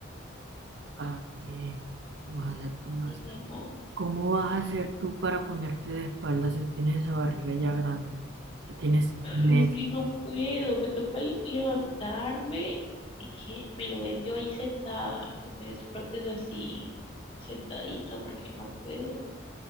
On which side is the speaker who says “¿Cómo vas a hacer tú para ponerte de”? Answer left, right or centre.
Right